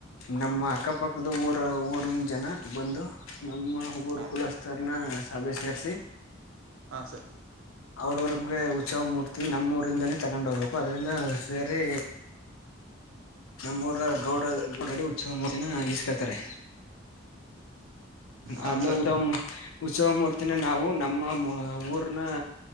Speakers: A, on the left; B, on the right.
A: ನಮ್ಮ ಅಕ್ಕಪಕ್ಕದ ಊರ ಊರ್ನ ಜನ ಬಂದು ನಮ್ಮ <unintelligible>
B: ಹಾಂ
A: ಕುಲಸ್ತಾರನಾ
B: ಸರ್
A: ಸಭೆ ಸೇರಿಸಿ
B: ಹಾಂ ಸರ್
A: ಅವ್ರ ್ರಗ್ಗೆ ಉತ್ಸವ ಮೂರ್ತಿ ನಮ್ಮೂಊರಿಂದನೇ ತಗೊಂಡ ಹೋಗ್ಬೇಕು ಅದ್ರಂದ ಸೇರಿ ನಮ್ಮೂಊರ ಗೌಡ ಗೌಡಡಿ ಉತ್ಸವ ಮೂಿನ ಇಸ್ಕೊತಾರೆ
B: ಹಾಂ
A: ಅದ್ನ
B: ಸರ್
A: ಉಸವ ಉತ್ಸವ ಮೂರ್ತಿನ ನಾವು ನಮ್ಮ ಊರ್ನ